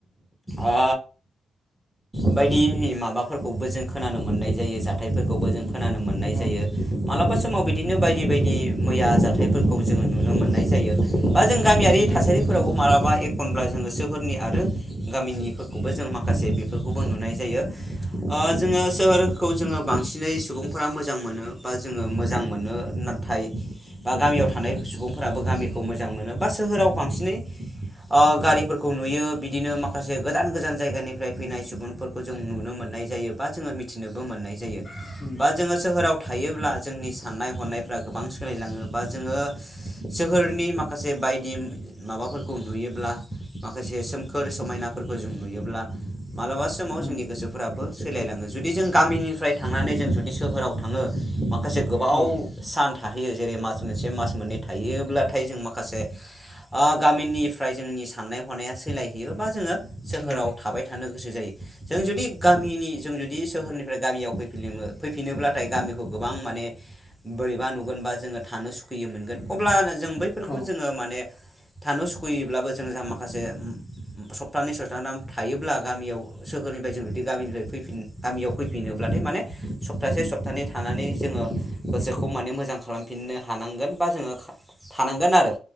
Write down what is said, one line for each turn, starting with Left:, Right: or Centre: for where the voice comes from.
Centre: ओ बायदि माबाफोरखौबो जों खोनानो मोननाय जायो जाथायफोरखौबो जों खोनानो मोननाय
Left: उम
Centre: जायो। मालाबा समाव बिदिनो बायदि बायदि मैया जाथायफोरखौ जोङो नुनो मोननाय जायो। बा जों गामियारि
Left: उम
Centre: थासारिफोरावबो मालाबा एकखनब्ला जोङो सोहोरनि आरो गामिनि खौबो जों माखासे बेफोरखौबो नुनाय जायो। ओ जोङो सोहोरखौ जोङो बांसिनै सुबुंफोरा मोजां मोनो बा जोङो मोजां मोनो। नाथाय बा गामियाव थानाय सुबुंफोराबो गामिखौ मोजां मोनो बा सोहोराव बांसिनै ओ गारिफोरखौ नुयो बिदिनो माखासे गोजान गोजान जायगानिफ्राय फैनाय सुबुंफोरखौ जों नुनो मोननाय जायो। बा जोङो मिथिनोबो मोननाय जायो
Left: उम
Centre: बा जोङो सोहोराव थायोब्ला जोंनि साननाय हनायफ्रा गोबां सोलिलाङो बा जोङो सोहोरनि माखासे बायदि माबाफोरखौ नुयोब्ला माखासे सोमखोर समायनाफोरखौ जों नुयोब्ला मालाबा समाव
Left: उम
Centre: जोंनि गोसोफोराबो सैलायलाङो। जुदि जों गामिनिफ्राय थांनानै जों जुदि सोहोराव थाङो। माखासे गोबाव
Left: औ
Centre: सान थाहैयो। जेरै मास मोनसे मास मोननै थायोब्लाथाय जों माखासे ओ गामिनिफ्राय जोंनि साननाय हनाया सोलायहैयोबा जोङो सोहोराव
Left: औ
Centre: थाबाय थानो गोसो जायो। जों जुदि गामिनि जों जुदि सोहोरनिफ्राय गामियाव फैफिनोमो-फैफिनोब्लाथाय गामिखौ गोबां माने बोरैबा नुगोनबा जोङो थानो सुखुयि मोनगोन अब्लानो जों बैफोरखौ
Left: औ
Centre: जोङो माने थानो सुखुयैब्लाबो जों जा माखासे सप्ताहनि सप्ताहाम थायोब्ला गामियाव सोहोरनिफ्राय जों जुदि गामिनिफ्राय फिन गामियाव फैफिनोब्लाथाय माने सप्तासे सप्तानै थानानै जोङो गोसोखौ माने मोजां खालामफिननो हानांगोन बा जोङो थानांगोन आरो